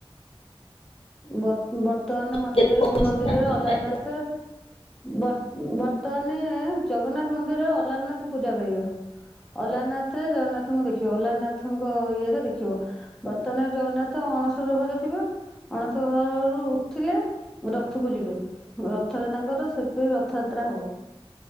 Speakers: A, in the centre; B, on the left.
A: ବତ୍ ବର୍ତ୍ତମାନ ମନ୍ଦିର
B: ଦେଖଉଛନ୍ତି
A: ଶ୍ରୀମନ୍ଦିରରେ
B: ନା
A: ଅଲାରିନାଥ
B: ଅନଲାଇନ
A: ଥ୍ ବର୍ତ୍ତ ବର୍ତ୍ତମାନେ ଜଗନ୍ନାଥ ମନ୍ଦିରରେ ଅଲାରିନାଥ ପୂଜା ପାଇବ। ଅଲାରିନାଥରେ ଜଗନ୍ନାଥଙ୍କୁ ଦେଖିବ ଅଲାରିନାଥଙ୍କ ଇଏରେ ଦେଖିବ। ବର୍ତ୍ତମାନ ଜଗନ୍ନାଥ ଅଣସର ଘରେ ଥିବ। ଅଣସର ଘରରୁ ଉଠିଲେ ରଥକୁ ଯିବେ। ରଥରେ ତାଙ୍କର ସେଥିପାଇଁ ରଥଯାତ୍ରା ହବ।